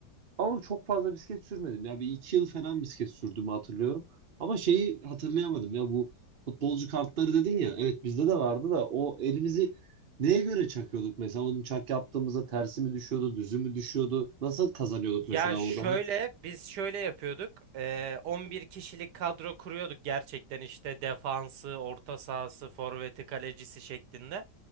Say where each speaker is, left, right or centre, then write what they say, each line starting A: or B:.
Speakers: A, on the right (about 50°); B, on the right (about 75°).
A: Ama çok fazla bisiklet sürmedim. Ya bir iki yıl falan bisiklet sürdüğümü hatırlıyorum. Ama şeyi hatırlayamadım ya bu futbolcu kartları dedin ya. Evet bizde de vardı da o elimizi neye göre çakıyorduk mesela? Onu çak yaptığımızda tersi mi düşüyordu, düzü mü düşüyordu? Nasıl kazanıyorduk mesela
B: Ya şöyle
A: orada? Hani-
B: biz şöyle yapıyorduk. Ee, 11 kişilik kadro kuruyorduk gerçekten işte defansı, orta sahası, forveti, kalecisi şeklinde.